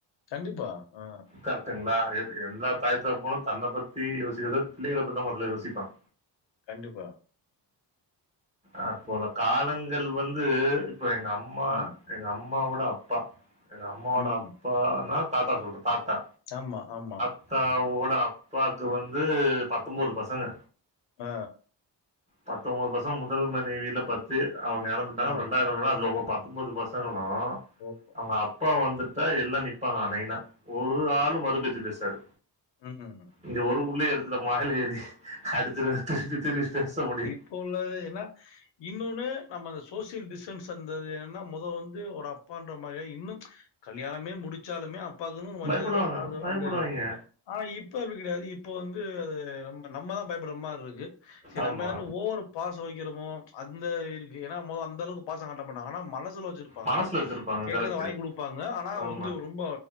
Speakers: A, on the left (about 85°); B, on the right (about 15°).
A: கண்டிப்பா ஆ
B: கரெக்டுங்ளா எல் எல்லா தாய் தகப்பனு தந்த பத்தி யோசிக்கத விட பிள்ளைக பத்தி தா மொதல்ல யோசிப்பாங்க
A: கண்டிப்பா
B: அப்புள்ள காலங்கள் வந்து இப்போ எங்க அம்மா
A: ம்,
B: எங்க அம்மாவோட அப்பா எங்க அம்மாவோட
A: ம்.
B: அப்பானா தாத்தா சொல்றே தாத்தா
A: ஆமா ஆமா
B: தாத்தா வோட அப்பாக்கு வந்து பத்தம்போது பசங்க
A: ஆ
B: பத்தம்போது பசங்க முதல் மனைவில பத்து அவுங்க எறந்துட்டாங்க
A: ஆ.
B: அப்றோ ரெண்டாது கல் <unintelligible> அதுல ஒம்போ பத் தொம்போது பசங்களு
A: ஓ ஹோ
B: எங்க அப்பா வந்துட்டா எல்லா நிப்பாங்ள நைனா ஒரு ஆளு மறுபேச்சு பேசாது
A: ம் ம்
B: இங்க ஒரு புள்ளயே எடுத்து நம்ம வாயில ஏறி அடிச்சிரு வேண்ட்டு திருப்பி திருப்பி பேச முடியு
A: இப்ப உள்ளது என்ன இன்னொன்னு நம்ம அந்த சோசியல் டிஸ்டன்ஸ் அந்த அது என்ன மொத வந் இது ஒட அப்பான்ற மாரியே இன்னு கல்யாணமே முடிச்சாலுமே அப் பாக்குன்னு ஒரு மரியாத
B: பயப்படுவாங்க.
A: அது
B: பயப்படுவாய்ங்க.
A: அந்தே ஆனா இப்ப அப்டி கெடையாது இப்ப வந்து அது நம் நம்ம தா பயப்பட்ற மாரி இருக்கு செரி
B: ஆமா.
A: நம்ம என்னான ஓவரா பாச வெக்கிறமோ அந்த இருக்கு ஏனா மொ அந்த அந்தளவுக்கு வந்து பாசங்காட்ட மாட்டாங்க மனசில வெச்சிருப்பாங்க
B: மனசுல வச்சிருப்பாங்க.
A: கேக்கறத
B: கரெக்ட்டு.
A: வாங்கி குடுப்பாங்க ஆனா
B: ஆமா.
A: வந்து ரொம்ப